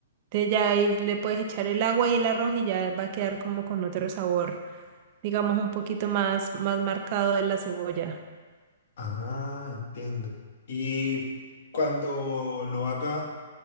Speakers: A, on the right (about 40°); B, on the left (about 60°).
A: Entonces ya ahí le puedes echar el agua y el arroz y ya va a quedar como con otro sabor, digamos un poquito más, más marcado de la cebolla.
B: Ah, entiendo. Y cuando lo haga,